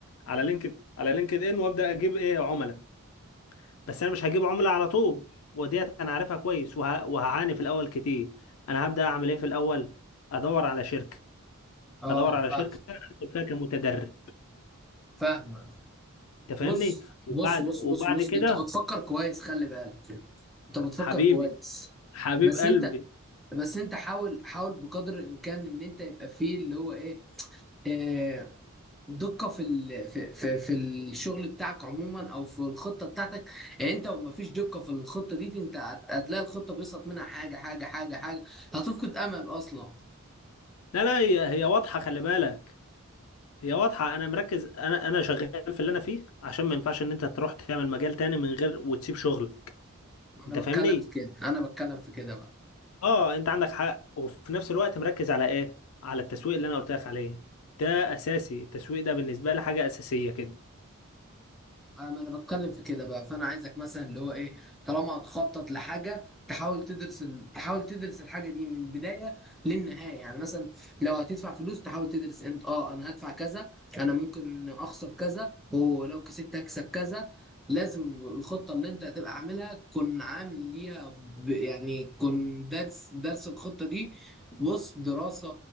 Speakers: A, on the left; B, in the centre.
A: على لينكد على لينكد ان وابدا اجيب ايه عملاء بس انا مش هجيب عملاء على طول وديت انا عارفها كويس وه... وهعاني في الاول كتير انا هبدا اعمل ايه في الاول ادور على شركه
B: اه
A: ادور على
B: فاهم
A: شركه ادخل فيها كمتدرب
B: فاهمك
A: انت
B: بص
A: فاهمني وبعد
B: بص بص
A: وبعد
B: بص بص
A: كده
B: انت بتفكر كويس خلي بالك انت بتفكر
A: حبيبي
B: كويس
A: حبيب
B: بس
A: قلبي
B: انت بس انت حاول حاول بقدر الامكان ان انت يبقى فيه اللي هو ايه آه، دقة في ال... في في في الشغل بتاعك عموما او في الخطة بتاعتك يعني انت لو مفيش دقة في الخطة دي انت هت- هتلاقي الخطة بيسقط منها حاجة حاجة حاجة حاجة هتفقد امل اصلا
A: لا لا هي هي واضحه خلي بالك هي واضحه انا مركز انا انا شغال في اللي انا فيه عشان ما ينفعش ان انت تروح تعمل مجال تاني من غير وتسيب شغل
B: انا
A: انت فاهمني
B: بتكلم في كده انا بتكلم في كده بقى
A: اه انت عندك حق وفي نفس الوقت مركز على ايه على التسويق اللي انا قلت لك عليه ده اساسي التسويق ده بالنسبه لي حاجه اساسيه كده
B: آه، ما انا بتكلم في كده بقى فانا عايزك مثلا اللي هو ايه طالما هتخطط لحاجه تحاول تدرس ال... تحاول تدرس الحاجه دي من البدايه للنهايه يعني مثلا لو هتدفع فلوس تحاول تدرس انت اه انا هدفع كذا انا ممكن اخسر كذا ولو كسبت هكسب كذا لازم الخطه اللي انت هتبقى عاملها تكون عامل ليها ب... يعني تكون درس درس الخطه دي بص دراسه